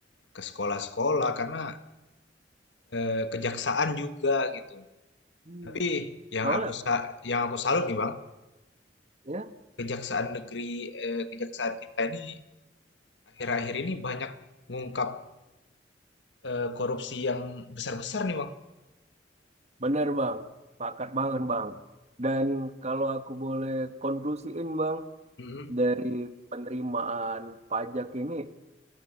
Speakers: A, on the left; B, on the right.
A: ke sekolah-sekolah karena eh, kejaksaan juga gitu.
B: Hmm.
A: Tapi yang
B: Soalnya
A: aku sa- yang aku salut nih Bang,
B: ya,
A: kejaksaan negeri eh, kejaksaan kita ini akhir-akhir ini banyak mengungkap eh, korupsi yang besar-besar nih Bang.
B: bener bang, pakat banget bang. Dan kalau aku boleh konklusiin bang
A: Mm-mm.
B: dari penerimaan pajak ini